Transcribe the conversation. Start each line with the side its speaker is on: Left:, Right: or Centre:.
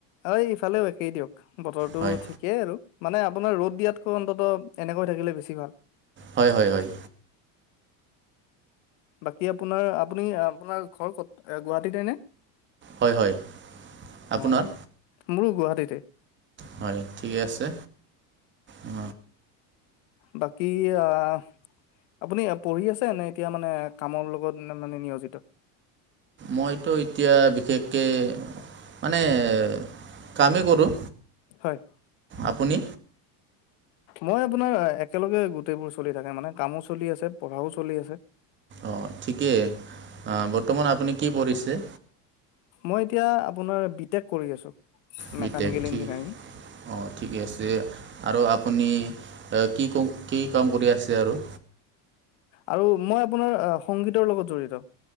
Left: এই ইফালেও একেই দিয়ক বতৰটো
Right: হয়
Left: ঠি কেই আৰু মানে আপোনাৰ ৰ'দ দিয়াতকৈ অন্তত এনেকৈ থাকিলে বেছি ভাল।
Right: হয়, হয়, হয়।
Left: বাকী আপোনাৰ আপুনি আপোনাৰ ঘৰ ক'ত আহ গুৱাহাটীতে নে?
Right: হয় হয় আপোনাৰ
Left: মই মোৰো গুৱাহাটীতে।
Right: হয় ঠিকে আছে। অ
Left: বাকী আহ আপুনি আ পঢ়ি আছে নে এতিয়া মানে কামৰ লগত মানে নিয়োজিত?
Right: মইত' এতিয়া বিশেষকে মানে এ কামে কৰোঁ।
Left: হয়।
Right: আপুনি?
Left: মই আপোনাৰ একেলগে গোটেইবোৰ চলি থাকে মানে। কামো চলি আছে, পঢ়াও চলি আছে।
Right: অঁহ ঠিকেই বৰ্তমান আপুনি কি পঢ়িছে?
Left: মই এতিয়া আপোনাৰ বি টেক কৰি আছো।
Right: বি
Left: মেকানিকেল
Right: টেক ঠি
Left: ইঞ্জিনিয়াৰিং।
Right: অঁ ঠিকে আছে, আৰু আপুনি আহ কি কম কি কাম কৰি আছে আৰু?
Left: আৰু মই আপোনাৰ আ সংগীতৰ লগত জড়িত।